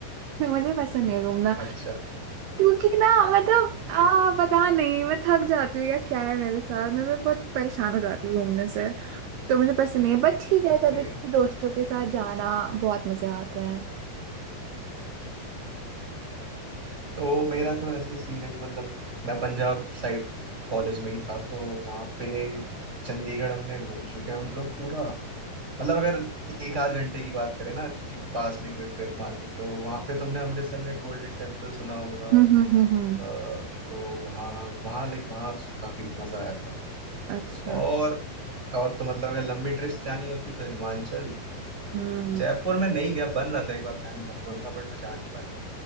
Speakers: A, on the right; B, on the right.
A: है <laughs> मुझे पसंद नहीं है घूमना
B: अच्छा
A: क्योंकि ना मतलब
B: <laughs> ये
A: आ पता नहीं मैं थक जाती हूँ या क्या है मेरे साथ मैं मैं बहुत परेशान हो जाती हूँ घूमने से तो मुझे पसंद नहीं है बट ठीक है
B: ओके
A: कभी कभी दोस्तों के साथ जाना बहुत मजे आते हैं
B: तो मेरा तो ऐसा सीन है कि मतलब मैं पंजाब साइड कॉलेज में ही था तो वहाँ पे चंडीगढ़ हमने घूम चुके हैं हम लोग पूरा मतलब अगर एक आध घंटे की बात करें ना कि पास में कोई ट्रिप मानिए तो वहाँ पे तुमने अमृतसर में गोल्डन टेम्पल सुना होगा
A: हम्म हम्म हम्म हम्म।
B: अ, तो वहाँ वहाँ लाइक वहाँ काफी मजा आया था
A: अच्छा
B: और और तो मतलब अगर लंबी ट्रिप्स जानी होती तो हिमाचल
A: हम्म
B: जयपुर में नहीं गया बन रहा था एक बार प्लान जयपुर का बट मैं जा नहीं पाया